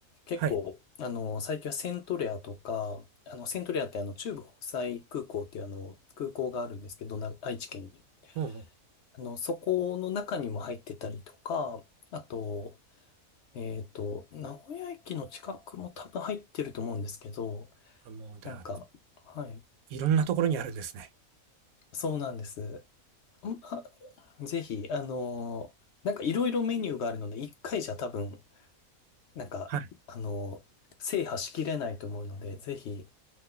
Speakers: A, on the left; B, on the right.
A: 結構、
B: はい。
A: あの、最近はセントレアとか、あの、セントレアってあの、中部国際空港っていうあの、空港があるんですけど、な愛知県に。
B: も
A: あの、そこの中にも入ってたりとか、あと、えっと、名古屋駅の近くも多分入ってると思うんですけど、
B: う、あもう、では
A: なんか、はい、
B: いろんなところにあるんですね。
A: そうなんです。んあ、ぜひ、あのなんかいろいろメニューがあるので、一回じゃ多分、なんか、
B: はい。
A: あの制覇しきれないと思うので、ぜひ